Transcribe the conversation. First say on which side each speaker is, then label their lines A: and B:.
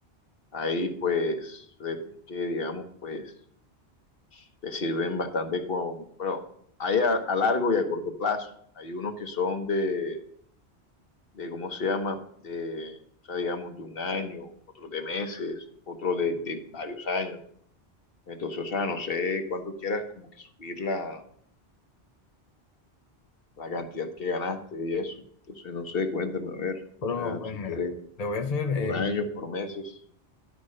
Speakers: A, on the left (about 60°); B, on the left (about 40°).
A: Hay, pues, CDTs que, digamos, pues te sirven bastante con, bueno, hay a, a largo y a corto plazo. Hay unos que son de, de, ¿cómo se llama? De, o sea, digamos, de un año, otros de meses, otros de, de varios años. Entonces, o sea, no sé cuánto quieras como que subir la, la cantidad que ganaste y eso. Entonces, no sé, cuéntame, a ver,
B: Pero
A: o sea,
B: bueno,
A: si
B: mira,
A: quieres,
B: lo voy a hacer,
A: por
B: em,
A: años, por meses.